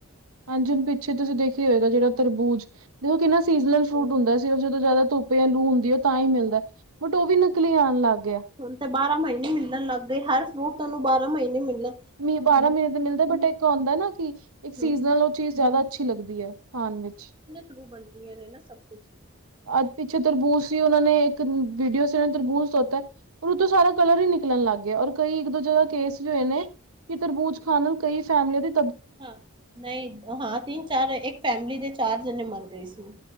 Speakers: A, on the right; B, on the right.
A: ਹਾਂਜੀ ਹੁਨ ਪਿੱਛੇ ਤੁਸੀ ਦੇਖੇਆ ਈ ਹੋਏਗਾ ਜੇੜਾ ਤਰਬੂਜ, ਓਤੇ ਨਾ ਸੀਜ਼ਨਲ ਫ੍ਰੂਟ
B: ਹਮ
A: ਹੁੰਦਾ ਸੀ ਓ ਜਦੋਂ ਜਾ਼ਦਾ ਧੁੱਪ ਲੂ ਹੁੰਦੀ ਏ ਓ ਤਾਈ ਮਿਲਦਾ, ਬਟ ਓ ਵੀ ਨਕਲੀ ਆਨ ਲਾੱਗ ਗੇਆ।
B: ਹੁਨ ਤਾਂ ਬਾਰਾਂ ਮਹੀਨੇ ਮਿਲਨ ਲੱਗ ਗਏ, ਹਰ ਫ੍ਰੂਟ ਥੋਨੂੰ ਬਾਰਾਂ ਮਹੀਨੇ ਮਿਲੇ
A: ਨੀ ਬਾਰਾਂ ਮ੍ਹੀਨੇ ਤੇ ਮਿਲਦੇ, ਬਟ ਇੱਕ ਹੋਂਦਾ ਨਾ ਕਿ ਇੱਸ
B: ਹਮ
A: ਸੀਜਲ
B: ਹਮ
A: ਚ ਵੀ ਜਾਦਾ ਅੱਛੀ ਲੱਗਦੀ ਐ, ਖਾਨ ਵਿੱਚ।
B: ਥ੍ਰੂ ਬਨਦੀਏ ਨੇ ਨਾ ਸਬ ਕੁਛ।
A: ਅੱ ਪਿੱਛੇ ਤਰਬੂਜ਼ ਸੀ ਓਨਾਂ ਨੇ ਏੱਕ, ਵੀਡੀਓ ਸੀ ਏਨਾਂ ਨੇ ਤਰਬੂਜ਼ ਦੇਤਾ ਰ ਉਤੋ ਸਾਰਾ ਕਲਰ ਈ ਨਿਕਲਨ ਲਾੱਗ ਗੇਆ, ਔਰ ਕਈ ਇੱਕ ਦੋ ਜਗ੍ਹਾ ਕੇਸ ਵੀ ਹੋਏ ਨੇ ਕਿ ਤਰਬੂਜ ਖਾਨ ਨਾਲ ਕਈ ਫੈਮਲੀ ਦੇ
B: ਹਾਂ, ਨਈ, ਹਾਂ ਤਿੰਨ, ਚਾਰ ਇੱਕ ਫੈਮਲੀ ਦੇ ਚਾਰ ਜਨੇ ਮਾਰ ਗਏ ਸੀ।